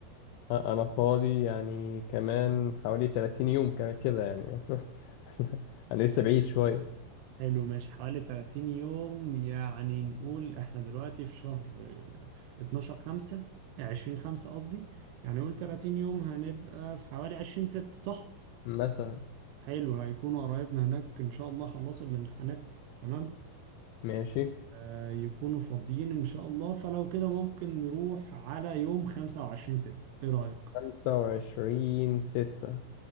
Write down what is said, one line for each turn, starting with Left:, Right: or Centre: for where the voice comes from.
Left: أ- انا فاضي يعني كمان حوالي 30 يوم كمان كده يعني <laughs> انا لسه بعيد شوية
Right: حلو ماشي حوالي 30 يوم يعني نقول احنا دلوقتي في شهر آه، 12 5 20 5 قصدي يعني نقول 30 يوم هنبقى في حوالي 20 6 صح
Left: مثلا
Right: حلو هيكونوا قرايبنا هناك ان شاء الله خلصوا الامتحانات تمام
Left: ماشي
Right: آه يكونوا فاضيين ان شاء الله فلو كده ممكن نروح على يوم 25 6 ايه رأيك
Left: 25 ستة